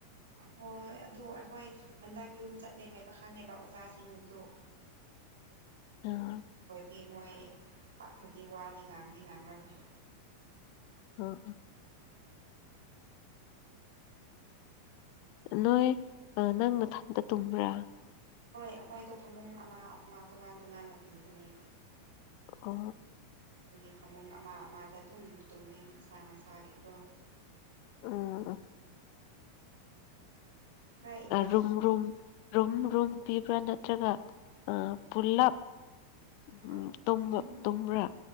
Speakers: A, on the right (about 65°); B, on the left (about 45°).
A: ꯍꯣꯏ ꯑꯗꯨ ꯑꯩꯈꯣꯏ ꯍꯟꯗꯛ ꯌꯨꯝ ꯆꯠꯂꯦ ꯍꯥꯏꯕ ꯈꯪꯉꯦꯕ ꯑꯣꯖꯥꯁꯤꯡꯅꯁꯨ <inaudible>
B: ꯑꯥ
A: ꯒꯤ ꯃꯣꯏ ꯄꯥꯛꯅꯗꯤ ꯋꯥꯗꯤ ꯉꯥꯡꯗꯤ ꯉꯥꯡꯉꯔꯣꯏ
B: ꯑ ꯅꯣꯏ ꯅꯪ ꯃꯊꯟꯗ ꯇꯨꯝꯕ꯭ꯔꯥ
A: ꯍꯣꯏ ꯑꯩꯈꯣꯏꯗꯣ ꯐꯃꯨꯡ ꯑꯃ ꯑꯃ ꯇꯣꯉꯥꯟ ꯇꯣꯉꯥꯟꯅ ꯄꯤꯕꯅꯦ
B: ꯑ
A: ꯑꯩꯣꯏꯒꯤ ꯐꯃꯨꯡ ꯑꯃ ꯑꯃꯗ ꯑꯗꯨꯝ ꯇꯨꯝꯃꯦ ꯃꯁꯥ ꯃꯁꯥꯒꯤꯀꯣ
B: ꯑꯥ
A: ꯈꯔ ꯏꯃꯥꯟꯅꯕꯤ
B: ꯔꯨꯝ ꯔꯨꯝ ꯔꯨꯝ ꯔꯨꯝ ꯄꯤꯕ꯭ꯔꯥ ꯅꯠꯇ꯭ꯔꯒ ꯄꯨꯂꯞ
A: ꯍꯣꯏ
B: ꯎꯝ ꯇꯨꯝꯕ
A: ꯎꯝ
B: ꯇꯨꯝ꯭ꯔꯥ